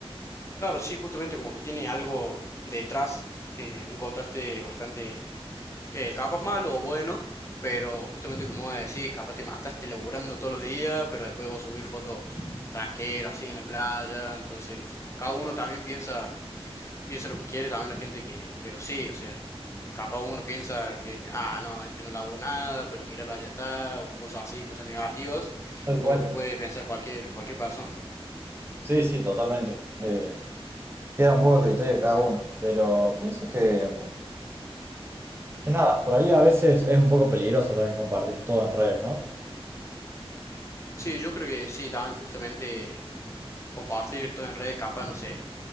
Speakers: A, on the left; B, on the right.
A: Claro, sí, justamente como que tiene algo detrás, eh, un contraste bastante, que capaz malo o bueno, pero justamente como vos decís, capaz te mataste laburando todos los días, pero después vos subís fotos tranquilas, así en la playa, entonces cada uno también piensa, piensa lo que quiere, también la gente que, que lo sigue, o sea, capaz uno piensa que, ah, no, este no laburó nada, pero míralo, allá está, o cosas así, cosas negativas,
B: Tal cual.
A: como que puede pensar cualquier, cualquier persona.
B: Sí, sí, totalmente. Eh, queda un poco a criterio de cada uno, pero pienso que, que nada, por ahí a veces es un poco peligroso también compartir todo en redes, ¿no?
A: Sí, yo creo que sí, también justamente compartir todo en redes, capaz, no sé,